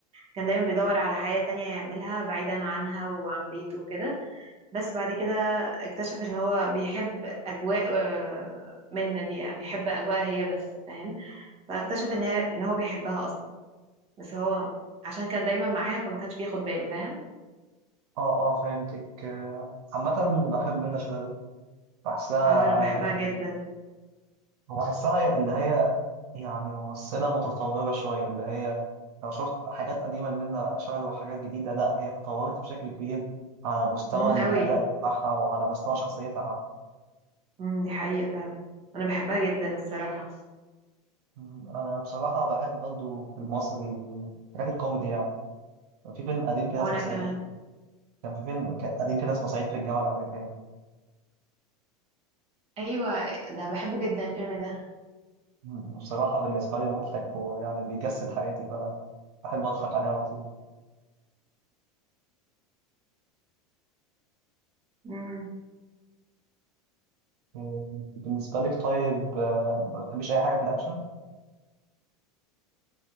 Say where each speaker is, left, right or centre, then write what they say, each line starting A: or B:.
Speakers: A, on the right; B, on the right.
A: كان دايما بيدور على حياة تانية يعملها بعيدا عنها وعن بيته وكده بس بعد كده اكتشف ان هو بيحب اجواء آه، منة دي يعني بيحب اجواء هي بس فاهم فاكتشف ان هي- ان هو بيحبها اصلا بس هو عشان كان دايما معاها فما كانش بياخد باله فاهم
B: اه اه فهمتك آه، عامة بحب منة شلبي بحسها
A: اه انا بحبها جدا
B: بحسها اللي هي يعني ممثلة متطورة شوية اللي هي لو شفت حاجات قديمة منها شبه وحاجات جديدة لا هي تطورت بشكل كبير على مستوى
A: امم
B: الأداء
A: قوي
B: بتاعها وعلى مستوى شخصيتها حتى
A: امم دي حقيقة فعلا انا بحبها جدا الصراحة
B: م، أنا بصراحة بحب برضو في المصري حاجات الكوميدي يعني كان في فيلم قديم كده
A: وانا
B: اسمه صعيدي
A: كمان
B: في- كان في فيلم ك- قديم كده اسمه صعيدي في الجامعة الأمريكية
A: ايوه ده بحبه جدا الفيلم ده
B: م، بصراحة بالنسبة لي مضحك ويعني بيجسد حياتي فبحب أضحك عليه على طول
A: امم
B: م، أنت بالنسبة لك طيب آه، ما بتحبيش أي حاجة في الأكشن؟